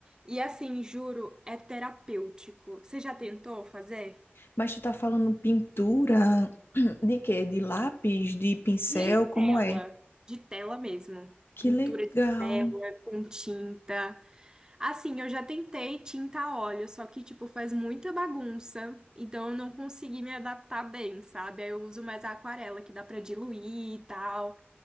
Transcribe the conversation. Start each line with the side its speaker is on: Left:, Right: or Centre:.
Right: E assim, juro, é terapêutico. Você já tentou fazer?
Left: Mas tu tá falando pintura <clears throat> de quê? De lápis, de pincel,
Right: De
Left: como
Right: tela,
Left: é?
Right: de tela mesmo.
Left: Que
Right: Pintura
Left: legal.
Right: de tela com tinta. Assim, eu já tentei tinta a óleo, só que, tipo, faz muita bagunça. Então eu não consegui me adaptar bem, sabe? Aí eu uso mais a aquarela, que dá pra diluir e tal.